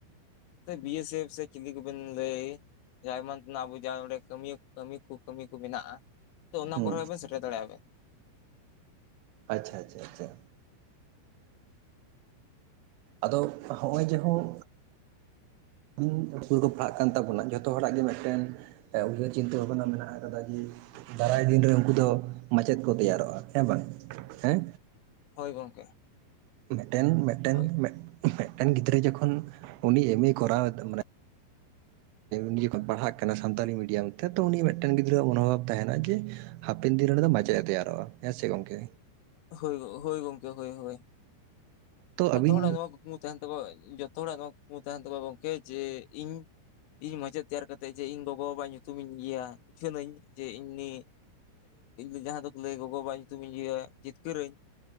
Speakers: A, on the left (about 85°); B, on the right (about 85°).
A: ᱵᱤ ᱭᱮ ᱥᱮᱯᱷ ᱥᱮ ᱪᱤᱞᱤ ᱠᱚᱵᱤᱱ ᱞᱟᱹᱭ ᱡᱟ ᱟᱭᱢᱟ ᱛᱮᱱᱟᱜ ᱵᱩᱡᱟ ᱚᱸᱰᱮ ᱠᱟᱹᱢᱭᱟᱹ ᱠᱟᱹᱢᱤ ᱠᱚ ᱠᱟᱹᱢᱤ ᱠᱚ ᱢᱮᱱᱟᱜᱼᱟ, ᱛᱚ ᱚᱱᱟ
B: ᱦᱮᱸ
A: ᱠᱚᱨᱮ ᱦᱚᱸ ᱵᱮᱱ ᱥᱮᱴᱮᱨ ᱫᱟᱲᱮᱭᱟᱜᱼᱟ ᱵᱮᱱ᱾
B: ᱟᱪᱪᱷᱟ ᱟᱪᱷᱟ ᱟᱪᱪᱷᱟ᱾ ᱟᱫᱚ ᱦᱚᱸᱜ-ᱚᱭ ᱡᱮᱦᱚᱸ ᱠᱩᱧ ᱟᱛᱳ ᱫᱚ ᱯᱟᱲᱦᱟᱜ ᱠᱟᱱ ᱛᱟᱵᱚᱱᱟ ᱡᱷᱚᱛᱚ ᱦᱚᱲᱟᱜ ᱜᱮ ᱢᱤᱫᱴᱮᱱ ᱮ ᱩᱭᱦᱟᱹᱨ ᱪᱤᱱᱛᱟᱹ ᱵᱷᱟᱵᱱᱟ ᱢᱮᱱᱟᱜ ᱠᱟᱫᱟ ᱡᱮ ᱫᱟᱨᱟᱭ ᱫᱤᱱ ᱨᱮ ᱩᱱᱠᱩ ᱫᱚ ᱢᱟᱪᱮᱫ ᱠᱚ ᱛᱮᱭᱟᱨᱚᱜ-ᱟ ᱦᱮᱸ ᱵᱟᱝ ᱦᱮᱸ?
A: ᱦᱳᱭ ᱜᱚᱝᱠᱮ᱾
B: ᱢᱮᱴᱮᱱ ᱢᱤᱫᱴᱮᱱ
A: ᱦᱳᱭ
B: ᱢᱤᱫᱴᱮᱱ ᱜᱤᱫᱽᱨᱟᱹ ᱡᱚᱠᱷᱚᱱ ᱩᱱᱤ ᱮᱢ ᱮ ᱠᱚᱨᱟᱣ ᱢᱟᱱᱮ ᱱᱤᱡᱮ ᱠᱷᱚ ᱯᱟᱲᱦᱟᱜ ᱠᱟᱱᱟ ᱥᱟᱱᱛᱟᱞᱤ ᱢᱤᱰᱤᱭᱟᱢ ᱛᱮ ᱛᱚ ᱩᱱᱤ ᱢᱤᱫᱴᱮᱱ ᱜᱤᱫᱽᱨᱟᱹᱣᱟᱜ ᱢᱚᱱᱳᱵᱷᱟᱵᱽ ᱛᱟᱦᱮᱸᱱᱟ ᱡᱮ ᱦᱟᱯᱮᱱ ᱫᱤᱱ ᱨᱮ ᱫᱚ ᱢᱟᱪᱮᱫ ᱮ ᱛᱮᱭᱟᱨᱚᱜ-ᱟ ᱦᱮᱸᱥᱮ ᱜᱚᱝᱠᱮ?
A: ᱦᱳᱭ ᱜᱚ ᱦᱳᱭ ᱜᱚᱢᱠᱮ ᱦᱳᱭ ᱦᱳᱭ
B: ᱛᱚ
A: ᱡᱷᱚᱛᱚ
B: ᱟᱹᱵᱤᱱ
A: ᱦᱚᱲᱟᱜ ᱱᱚᱣᱟ ᱠᱩᱠᱢᱩ ᱛᱟᱦᱮᱸᱱ ᱛᱟᱠᱚᱣᱟ ᱡᱚᱛᱚ ᱦᱚᱲᱟᱜ ᱱᱚᱣᱟ ᱠᱩᱠᱢᱩ ᱛᱟᱦᱮᱸᱱ ᱛᱟᱠᱚᱣᱟ ᱜᱚᱢᱠᱮ ᱡᱮ ᱤᱧ ᱤᱧ ᱢᱟᱪᱮᱫ ᱛᱮᱭᱟᱨ ᱠᱟᱛᱮᱫ ᱡᱮ ᱤᱧ ᱜᱚᱜᱚ ᱵᱟᱵᱟ ᱧᱩᱛᱩᱢ ᱤᱧ ᱤᱭᱟᱹᱭ ᱩᱪᱷᱟᱹᱱᱱᱟᱹᱧ ᱡᱮ ᱤᱧᱱᱤ <unintelligible> ᱡᱟᱦᱟᱸ ᱫᱚᱠᱚ ᱞᱟᱹᱭᱟ ᱜᱚᱜᱚ ᱵᱟᱵᱟ ᱧᱩᱛᱩᱢᱤᱧ ᱤᱭᱟᱹᱭ ᱡᱤᱛᱠᱟᱹᱨᱟᱹᱧ᱾